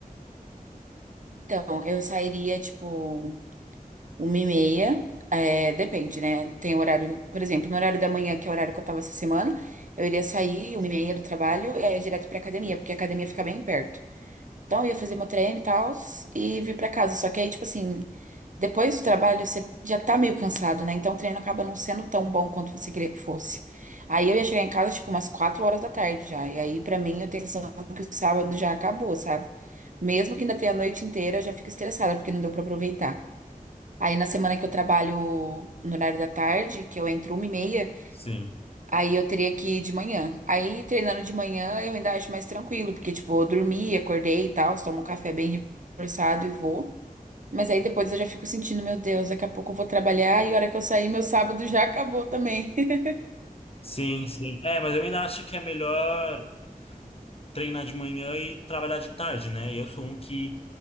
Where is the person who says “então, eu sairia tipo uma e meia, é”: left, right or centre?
Right